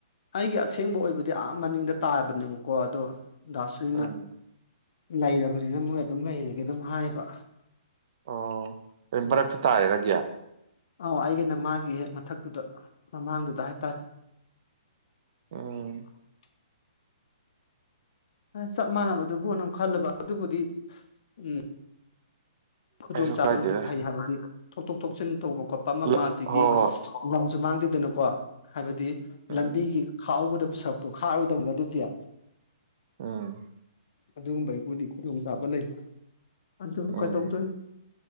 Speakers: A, on the left; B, on the right.
A: ꯑꯩꯒꯤ ꯑꯁꯦꯡꯕ ꯑꯣꯏꯕꯗꯤ ꯑꯥ ꯃꯅꯤꯡꯗ ꯇꯥꯕꯅꯦꯕꯀꯣ ꯑꯗꯣ ꯂꯁꯨꯅ
B: ꯎꯝ
A: ꯂꯩꯔꯕꯅꯤꯅ ꯃꯣꯏ ꯑꯗꯨꯝ ꯂꯩꯔꯒꯦ ꯑꯗꯨꯝ ꯍꯥꯏꯕ
B: ꯑꯣ ꯑꯩ
A: ꯎꯝ
B: ꯃꯔꯛꯇ ꯇꯥꯔꯦ ꯅꯪꯒꯤ
A: ꯑ ꯑꯩꯒꯦ ꯑꯩꯅ ꯃꯥꯒꯤ ꯍꯦꯛ ꯃꯊꯛꯇꯨꯗ ꯃꯃꯥꯡꯗꯨꯗ ꯍꯥꯏꯇꯥꯔꯦ
B: ꯎꯝ
A: <unintelligible> ꯆꯞ ꯃꯥꯟꯅꯕꯗꯨꯕꯨ ꯑꯗꯨꯝ ꯈꯜꯂꯕ ꯑꯗꯨꯕꯨꯗꯤ ꯎꯝ ꯈꯨꯗꯣꯡ
B: ꯀꯩꯁꯨ
A: ꯆꯥꯗꯅꯗꯤ
B: ꯀꯥꯏꯗꯦꯗ
A: ꯐꯩ ꯍꯥꯏꯕꯗꯤ ꯊꯧꯗꯣꯛ ꯊꯣꯛꯆꯟ ꯇꯧꯕ ꯈꯣꯠꯄ ꯑꯃ
B: ꯍꯣꯏ
A: ꯑꯃ ꯑꯗꯒꯤ
B: ꯍꯣꯏ
A: ꯂꯝꯁꯨ ꯃꯥꯡ ꯑꯗꯨꯗꯅꯀꯣ ꯍꯥꯏꯕꯗꯤ
B: ꯎꯝ
A: ꯂꯝꯕꯤꯒꯤ ꯈꯥꯎꯧꯒꯗꯕ ꯁꯔꯨꯛꯇꯣ ꯈꯥꯔꯣꯏꯗꯕꯅꯤ ꯑꯗꯨꯗꯤ <unintelligible>
B: ꯎꯝ
A: ꯑꯗꯨꯒꯨꯝꯕ ꯑꯩꯕꯨꯗꯤ ꯈꯨꯗꯣꯡꯆꯥꯥꯕ ꯂꯩꯕ ꯑꯗꯨꯕꯨ
B: ꯎꯝ
A: ꯀꯗꯧ